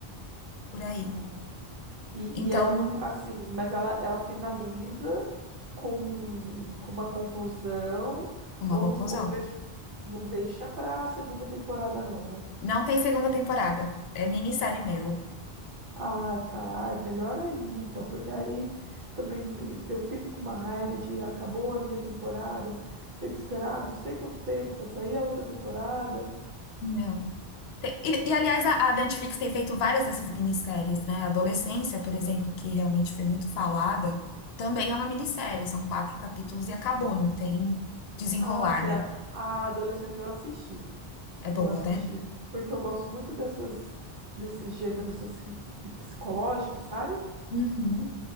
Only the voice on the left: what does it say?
por aí.
Então,
uma
conclusão.
Não tem segunda temporada. É minissérie
mesmo.
Não. Tem- E, e, aliás, a, a Netflix tem feito várias dessas minisséries, né? A Adolescência, por exemplo, que realmente foi muito falada, também é uma minissérie. São quatro capítulos e acabou. Não tem desenrolar,
né?
É
boa,
né?
Uhum.